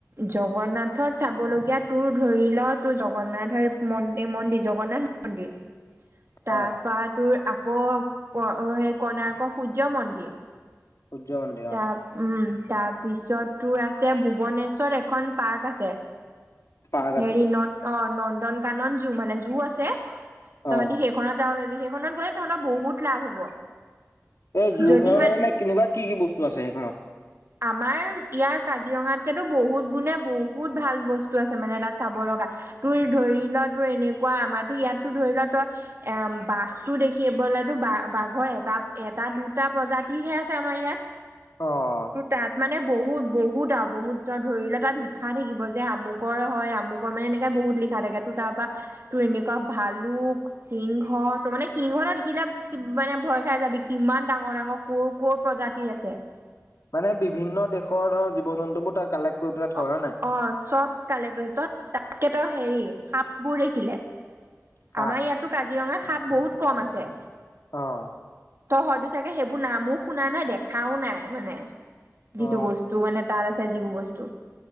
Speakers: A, on the right; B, on the left.
A: জগন্নাথত চাব লগীয়া তোৰ ধৰি ল তোৰ জগন্নাথৰ মন্দিৰ জগন্নাথ অন্দি তাৰপৰা
B: অ'
A: তোৰ আকৌ সেই কৰ্ণাৰকৰ সূৰ্য মন্দিৰ,
B: সূৰ্য মন্দিৰ
A: তাৰ
B: অ,
A: উম', তাৰপিছত তোৰ আছে ভূৱনেশ্বৰত এখন পাৰ্ক আছে।
B: পাৰ্ক
A: হেৰি
B: আছে
A: ন, অ, নন্দন কানন জু মানে জু আছে। তহঁতি
B: অ'
A: সেইখনত যাব পাৰিবি সেইখনত গলে তহঁতৰ বহুত লাভ হ'ব।
B: এই জোৰখনৰ
A: যদি মান
B: মানে নে কেনেকুৱা কি কি বস্তু আছে। সেইখনত
A: আমাৰ ইয়াৰ কাজিৰঙাতকেতো বহুত গুণে বহুত ভাল বস্তু আছে। মানে তাত চাব লগা তোৰ ধৰি ল তোৰ এনেকুৱা আমাৰো ইয়াতো ধৰি ল তই এ', বাঘটো দেখিবলেতো বা বাঘৰ এটা এটা দুটা প্ৰজাতিৰহে আছে। আমাৰ ইয়াত
B: অ',
A: তোৰ তাত মানে বহুত বহুত আৰু বহুত ধৰি লোৱা তাত লিখা থাকিব যে আমুকৰ হয়। আমুক কমেও এনেকে বহুত লিখা থাকে। তোৰ তাৰ পৰাৰা তোৰ এনেকুৱা ভালুক সিংহ ত মানে সিংহ এটা দেখিলে কিমানে মানে ভয় খাই যাবি। কিমান ডাঙৰ ডাঙৰ কৰ কৰ প্ৰজাতিৰ আছে।
B: মানে বিভিন্ন দেশৰ ধৰ জীৱ জন্তুবোৰ তাৰ কালেক্ট কৰি পেলাই থয়
A: অ',
B: হয় নাই?
A: চব কালেক্ট কৰি ত, তাতকে ত, হেৰি সাপ বোৰ দেখিলে।
B: সাপ
A: আমাৰ ইয়াতো কাজিৰঙাত সাপ বহুত কম আছে।
B: অ',
A: ত, হয়তো চাগে সেইবোৰ নামো শুনা নাই, দেখাও নাই, মানে যিটো
B: অ
A: বস্তু টো মানে তাত আছে। যিবোৰ বস্তু